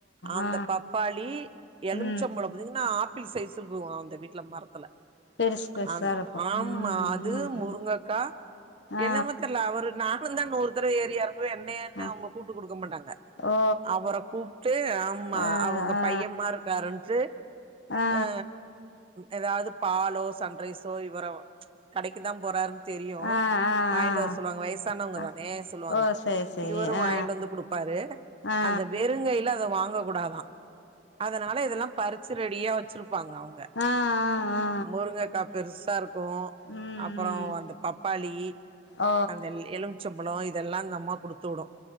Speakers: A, on the right; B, on the left.
A: ஆந்த்
B: ஆ ஆ
A: பாப்பாளி எழும்ச்சபழம்
B: ம்
A: இதுங்ன்னா ஆப்பிள் சைஸ்ங்குவா அந்த வீட்ல மரத்துல
B: பெருசு பெருசா
A: அந்
B: இருக்கு
A: ஆமா
B: ம்
A: அது
B: ம் ம்
A: முருங்கக்கா
B: ஆ
A: என்னமோ தெர்ல அவரு நானுந்தா நூரு தரவ ஏறி எறங் <unintelligible> என்னயேந்த
B: ஆ
A: அவுங்க கூப்ட்டு குடுக்க மாட்டாங்க
B: ஓ
A: அவர கூப்ட்டு ஆம்மா
B: ஆ
A: அவுங்க
B: ஆ
A: பைய்யம்மார் இருக்காருன்ட்டு
B: ஆ ஆ
A: அ எதாவது பாலோ சன்ரைஸோ இவர கடைக்குதா போறாருன்னு தெரியு
B: ஆ ஆ
A: வாயின்ட்டு வர சொல்லுவாங்க வயசானவங்கதானே
B: ஆ
A: சொல்லுவாங்க
B: ஓ சேரி சேரி
A: இவரு வாயின்ட்டு
B: ஆ
A: வந்து குடுப்பாரு
B: ஆ
A: அந்த வெறுங்கையில அத வாங்க கூடாதா அதனால இதல்லா பரு ச்சு ரெடியா வெச்சிருப்பாங்க அவுங்க
B: ஆ ஆ ஆ
A: முருங்கக்கா பெருசா இருக்கு
B: ம்
A: அப்பறோ
B: ம்
A: அந்த பப்பாளி
B: ஓ
A: அந்த எலும் சொம்பளோ இதெல்லாம் அந்த அம்மா குடுத்து வுடும்